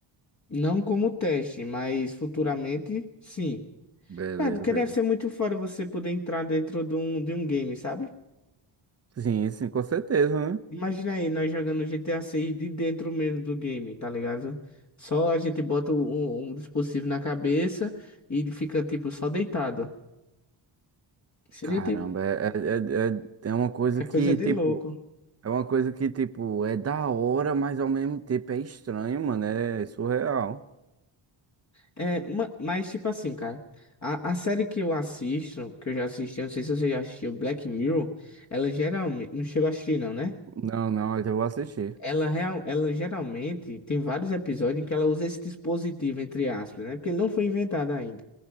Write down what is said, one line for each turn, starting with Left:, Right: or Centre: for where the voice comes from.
Left: Não como teste, mas futuramente, sim.
Right: Beleza,
Left: Cara, porque
Right: beleza.
Left: deve ser muito fora você poder entrar dentro de um, de um game, sabe?
Right: Sim, sim, com certeza, né?
Left: Imagina aí, nós jogando GTA 6 de dentro mesmo do game, tá ligado? Só a gente bota um, um dispositivo na cabeça e ele fica, tipo, só deitado. Seria,
Right: Caramba,
Left: tipo,
Right: é, é, é, é é uma coisa
Left: é
Right: que,
Left: coisa de
Right: tipo.
Left: louco.
Right: É uma coisa que, tipo, é da hora, mas ao mesmo tempo é estranho, mano. É surreal.
Left: É, ma- mas, tipo assim, cara, a, a série que eu assisto, que eu já assisti, eu não sei se você já assistiu, Black Mirror, ela geralmente. Não chegou a assistir, não, né?
Right: Não, não, eu já vou assistir.
Left: Ela, real, ela geralmente tem vários episódios em que ela usa esse dispositivo, entre aspas, né? Porque ele não foi inventado ainda.